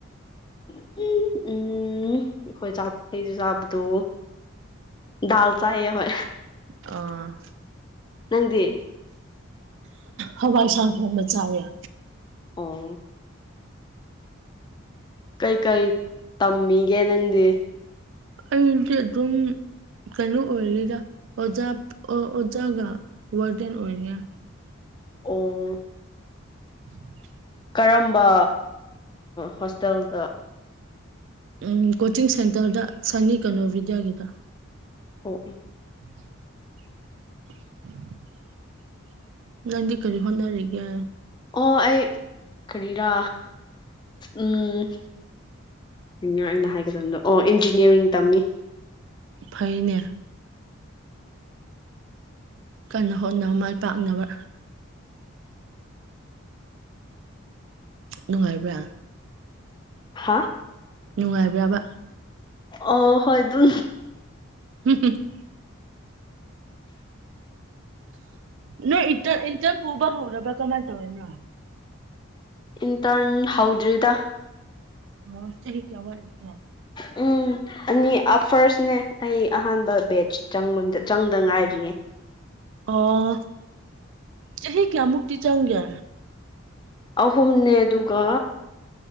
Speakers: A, on the left; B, on the right.
A: ꯎꯝ ꯎꯝ ꯑꯩꯈꯣꯏ ꯆꯥ ꯂꯩꯁꯦ ꯆꯥꯕꯗꯣ ꯗꯜ ꯆꯥꯏꯌꯦ ꯍ
B: ꯑ
A: ꯅꯪꯗꯤ
B: ꯍꯋꯥꯏ ꯁꯥꯟ ꯊꯣꯡ ꯃꯆꯥꯌꯥ
A: ꯑꯣ ꯀꯩꯀꯩ ꯇꯝꯃꯤꯒꯦ ꯅꯪꯗꯤ
B: ꯑꯩꯗꯤ ꯑꯗꯨꯝ ꯀꯩꯅꯣ ꯑꯣꯏꯔꯤꯔ ꯑꯣꯖꯥ ꯑꯣꯖꯥꯒ ꯋꯥꯔꯗꯟ ꯑꯣꯏꯔꯤꯔꯥ
A: ꯑꯣ
B: <unintelligible>
A: ꯀꯔꯝꯕ ꯍꯣꯁꯇꯦꯜꯗ
B: ꯎꯝ ꯀꯣꯆꯤꯡ ꯁꯦꯟꯇꯔꯗ ꯁꯅꯤ ꯀꯩꯅꯣ ꯕꯤꯗ꯭ꯌꯥꯒꯤꯗ
A: ꯑꯣ ꯎ
B: <inaudible> ꯅꯪꯗꯤ ꯀꯔꯤ ꯍꯣꯟꯅꯔꯔꯤꯒꯦ
A: ꯑꯣ ꯑꯩ ꯀꯔꯤꯔꯥ ꯎꯝ ꯑꯩꯅꯣ ꯑꯩꯅ ꯍꯥꯏꯒꯗꯕꯗꯣ ꯑꯣ ꯏꯟꯖꯤꯅꯤꯌꯥꯔꯤꯡ ꯇꯝꯃꯤ
B: ꯐꯩꯅꯦ ꯀꯟꯅ ꯍꯣꯠꯅꯕ ꯃꯥꯏ ꯄꯥꯛꯅꯕ ꯅꯨꯡꯉꯥꯏꯕ꯭ꯔ
A: ꯍꯥ
B: ꯅꯨꯡꯉꯥꯏꯕ꯭ꯔꯕ
A: ꯑꯣ ꯍꯣꯏ ꯑꯗꯨ
B: ꯍꯝ ꯍꯨꯝ ꯅꯣꯏ ꯏꯟꯇꯔ ꯏꯟꯇꯔ ꯄꯨꯕ ꯍꯧꯔꯕ ꯀꯃꯥꯏꯅ ꯇꯧꯋꯦꯅꯣ
A: ꯏꯟ ꯇꯥꯟ ꯍꯥꯎꯗ꯭ꯔꯔꯤꯗ
B: ꯃꯁ ꯆꯍꯤ ꯀꯌꯥꯕꯂꯤꯒ
A: ꯎꯝ ꯑꯅꯤ ꯑꯐꯔꯁꯅꯦ ꯑꯩ ꯑꯍꯥꯟꯕ ꯕꯦꯆꯪꯕ ꯆꯪꯗ ꯉꯥꯏꯔꯤꯌꯦ
B: ꯑꯣ ꯆꯍꯤ ꯀꯌꯥꯃꯨꯛꯇꯤ ꯆꯪꯒꯦ
A: ꯑꯍꯨꯝꯅꯦ ꯑꯗꯨꯒ